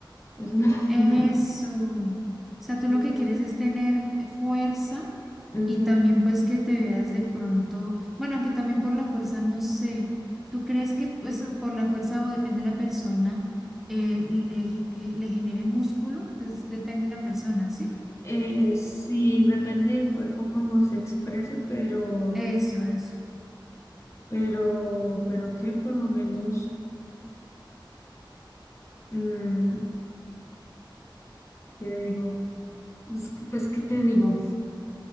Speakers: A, on the left; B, in the centre.
A: Eso no, <laughs>
B: eso.
A: no,
B: O sea, tú
A: no
B: lo que
A: me
B: quieres es tener eh, fuerza
A: Ujú.
B: y también pues que te veas de pronto, bueno, aunque también por la fuerza, no sé, ¿tú crees que pues o por la fuerza o depende de la persona, eh, le, que le genere músculo? Pues depende de la persona, ¿sí?
A: Eh, sí, depende del cuerpo cómo se exprese, pero,
B: Eso, eso.
A: pero, pero que por lo menos, mm, ¿qué digo? Pues, que- pues, ¿qué te digo?